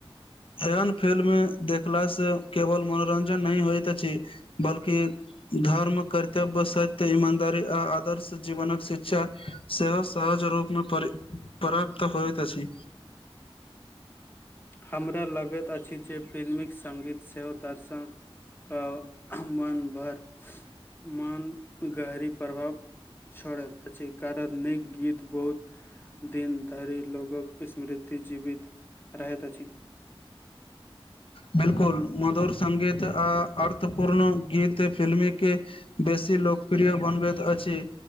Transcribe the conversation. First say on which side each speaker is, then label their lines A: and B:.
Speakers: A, on the left (about 65°); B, on the left (about 20°).
A: एयन फिल्म देखलासँ केवल मनोरंजन नहि होइत छै बल्कि धर्म, कर्तव्य, सत्य, ईमानदारी आ आदर्श जीवनक शिक्षा सेहो सहज रूपमे पर प्राप्त होइत अछि।
B: हमरा लगैत अछि जे फिल्मीक सङ्गीत सेहो दर्शनके मन भर मन पर गहरी प्रभाव छोड़ैत अछि कारण नीक गीत बहुत दिन धरि लोकक स्मृति जीवित रहैत अछि।
A: बिलकुल, मधुर संगीत आ अर्थपूर्ण गीत फिल्मी के बेसी लोकप्रिय बनबैत अछि।